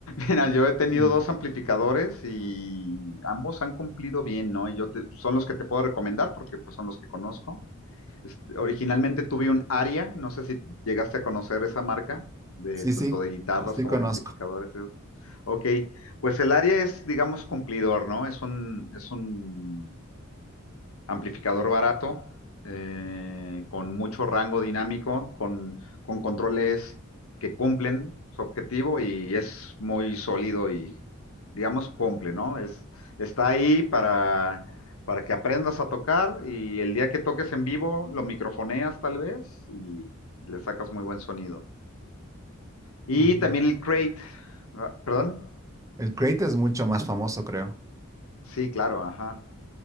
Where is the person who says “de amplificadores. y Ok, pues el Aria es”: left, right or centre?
Left